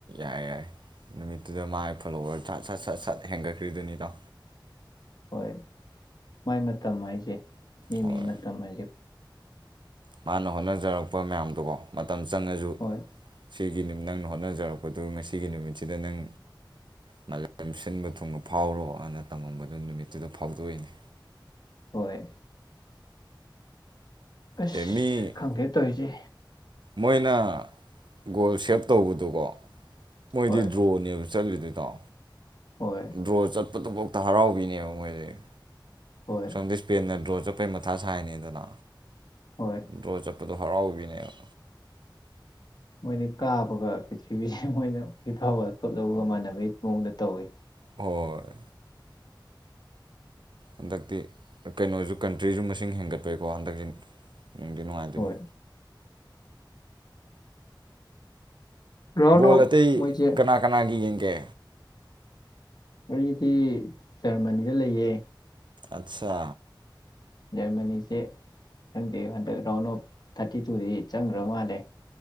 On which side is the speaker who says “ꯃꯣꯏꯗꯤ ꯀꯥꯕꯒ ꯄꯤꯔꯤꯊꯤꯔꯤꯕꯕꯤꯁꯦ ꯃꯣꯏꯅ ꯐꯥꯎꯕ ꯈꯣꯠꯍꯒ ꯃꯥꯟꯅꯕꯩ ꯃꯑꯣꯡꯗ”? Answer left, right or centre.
Left